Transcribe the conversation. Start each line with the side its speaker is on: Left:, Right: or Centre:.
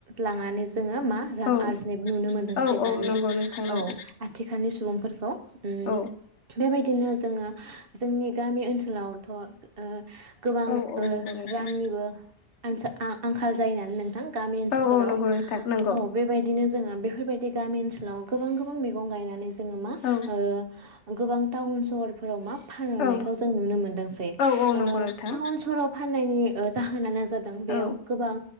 Right: लांनानै जोङो मा रां
Left: औ
Right: आरजिनायबो नुनो मोनदोंसै
Left: औ औ
Right: दानि
Left: नंगौ नोंथां नंगौ
Right: औ आथिखालनि सुबुं फोरखौ उम
Left: औ
Right: बेबाय दिनो जोङो जोंनि गामि ओनसोलावथ' ओ गोबां
Left: औ औ
Right: ओ
Left: नंगौ नोंथां
Right: रांनिबो आनसा ओ आंखाल जायोनालाय नों गामि ओनसोलफोराव
Left: औ औ नंगौ नोंथां नंगौ
Right: औ बेबायदिनो जोङो बे बेफोरबायदि गामि ओनसोलाव गोबां गोबां मैगं गायनानै जोङो मा
Left: औ
Right: ओ गोबां टाउन सहरफोराव मा फानहरनायखौ
Left: औ
Right: जों नुनो मोनदोंसै
Left: औ औ
Right: ओ
Left: नंगौ नोंथां
Right: टाउन सहराव फाननायनि ओ जाहोना नो जादों बेयाव
Left: औ
Right: गोबां